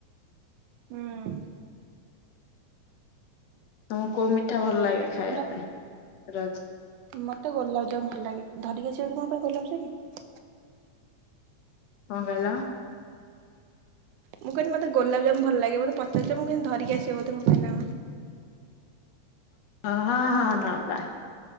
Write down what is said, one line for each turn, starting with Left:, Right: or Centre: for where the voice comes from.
Right: ହୁଁ।
Left: ତମକୁ କୋଉ ମିଠା ଭଲ ଲାଗେ ଖାଇବା
Right: ଥଣ୍ଡା
Left: ପାଇଁ ରଜ।
Right: ମତେ ଗୋଲାପଜାମୁ ଭଲ ଲାଗେ ଧରିକି ଆସିବା <unintelligible>
Left: କଣ କହିଲ?
Right: ମୁଁ କହିଲି ମତେ ଗୋଲାଜାମୁ ଭଲ ଲାଗିବ ମତେ ପଚିଛି ମୁଁମ ଧିକି ଆସିବ <unintelligible>
Left: ହଁ ହଁ ନବା।